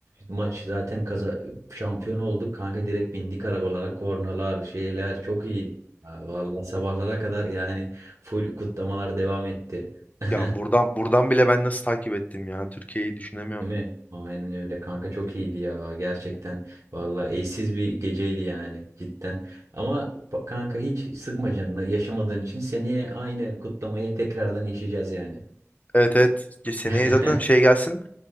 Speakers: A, on the right (about 75°); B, on the left (about 30°).
A: Maç zaten kaza şampiyon olduk. Kanka direkt bindik arabalara. Kornalar, şeyler çok iyiydi. Ha, Vallahi sabahlara kadar yani full kutlamalar devam etti. <laughs>
B: Ya buradan buradan bile ben nasıl takip ettim ya Türkiye'yi düşünemiyorum.
A: Değil mi? Aynen öyle kanka çok iyiydi ya gerçekten vallahi eşsiz bir geceydi yani cidden ama ba- kanka hiç sıkma canını yaşamadığın için seneye aynı kutlamayı tekrardan yaşayacağız yani.
B: Evet evet seneye
A: <laughs>
B: zaten şey gelsin